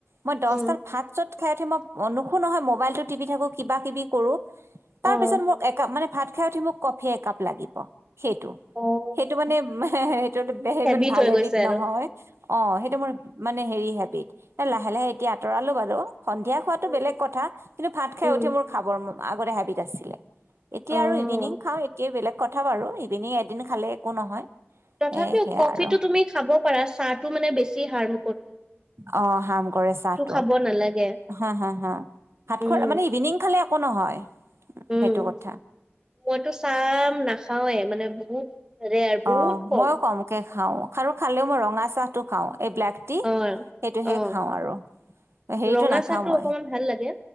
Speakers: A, on the right; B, on the right.
A: মই দছটাত
B: উম,
A: ভাত চাত খাই উঠি মই নুশু নহয় মোবাইলতো টিপি থাকো কিবা কিবি কৰো তাৰ
B: অ',
A: পিছত মোক এক মানে ভাত খাই উঠি মোক কফি একাপ লাগিব সেইটো
B: অ',
A: সেইটো মানে সেইটো
B: হেবিট
A: ইমান ভাল
B: হৈ
A: হেবিদ
B: গৈছে আৰু।
A: নহয় অ সেইটো মোৰ মানে হেৰি হেবিত এলাহে লাহে এতিয়া আঁতৰালো বাৰু সন্ধিয়া খোৱাটো
B: উম,
A: বেলেগ কথা কিন্তু ভাত খাই
B: উম,
A: উঠি মোৰ খাবৰ মো আগতে হেবিট আছিলে এতিয়া
B: অ'।
A: আৰু ইভিনিং খাওঁ এতিয়া বেলেগ কথা বাৰু ইভিনিং এ এদিন খালে একো নহয়
B: তথাপিও
A: সেয়া
B: কফিটো
A: আৰু
B: তুমি খাব পাৰা চাহটো মানে বেছি হাৰ
A: অ হাম কৰে চাহটো
B: খাব নালাগে
A: হা হা হা ভাত
B: উম
A: খোৱাৰ মানে ইভিনিং খালে একো নহয়
B: উম
A: সেইটো কথা
B: মইতো চাম নাখাওৱে মানে বহুত ৰেয়াৰ বহুত
A: অ
B: কম
A: মইও কমকে খাও খাৰু খালেও মই ৰঙা চাহটো খাও এই ব্লেক টি
B: অ
A: সেইটোহে
B: অ
A: খাওঁ আৰু হেৰিটো
B: ৰঙা
A: নাখাওঁ
B: চাহ টো
A: মই
B: অকমান ভাল লাগে